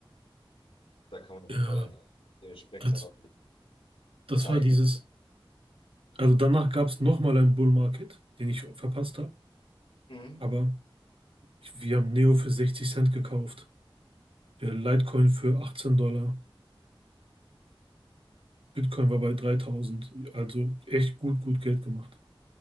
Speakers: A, on the left; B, on the right.
A: Da kann man
B: ja.
A: weil dann dementsprechend
B: als-
A: dann auch in die
B: das
A: Zeiten.
B: war dieses. Also danach gab es nochmal einen Bull Market, den ich verpasst habe.
A: Mhm.
B: Aber ich, wir haben Neo für 60 Cent gekauft. äh, Litecoin für 18 Dollar. Bitcoin war bei 3000. Also echt gut, gut Geld gemacht.